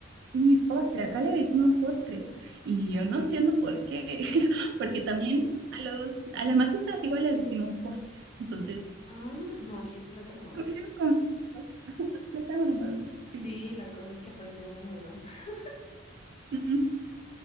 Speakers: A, on the right (about 60°); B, on the left (about 30°).
A: Sí, postre. Acá le decimos postre. Y yo no entiendo por qué. <laughs> Porque también a los, a las masitas igual les decimos postres. Entonces,
B: Ah, no, aquí es plátano
A: <laughs>
B: maduro.
A: me dio confuso. <laughs> Plátano maduro, sí.
B: Sí, las cosas que aprende uno, ¿verdad? <laughs>
A: Mm.